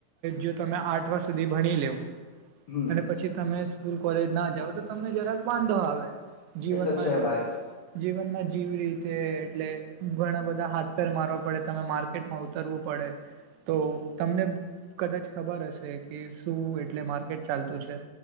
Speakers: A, on the right; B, on the left.
A: જો તમે આઠવા સુધી ભણી લેવ
B: હમ
A: અને પછી તમે સ્કૂલ કોલેજ ના જાવ તો તમને જરાક વાંધો આવે જીવનમાં
B: એ તો છે
A: રે
B: ભાઈ
A: જીવનમાં જીવી રીતે એટલે ઘણા બધા હાથ પેર મારવા પડે તમે માર્કેટમાં ઉતરવું પડે તો તમને કદાચ ખબર હશે કે શું એટલે માર્કેટ ચાલતું છે.